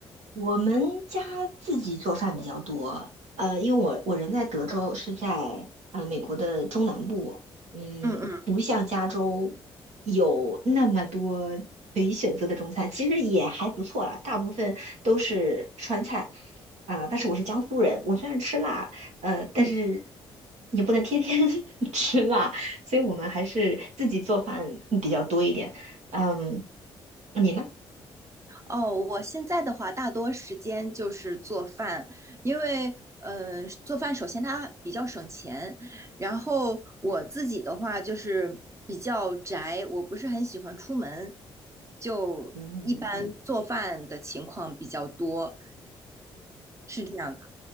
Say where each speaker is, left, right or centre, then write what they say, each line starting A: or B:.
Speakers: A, on the right; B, on the right.
A: 我们家自己做饭比较多，呃，因为我我人在德州，是在呃美国的中南部，嗯，
B: 嗯嗯
A: 不像加州有那么多可以选择的中餐，其实也还不错啦，大部分都是川菜，啊、但是我是江苏人，我虽然吃辣，呃，但是
B: 嗯
A: 也不能天天 <laughs> 吃辣，所以我们还是自己做饭比较多一点，嗯，你呢？
B: 哦，我现在的话，大多时间就是做饭，因为呃，做饭首先它比较省钱，然后我自己的话就是比较宅，我不是很喜欢出门，就一般做饭的情况比较多，
A: 嗯。
B: 是这样的。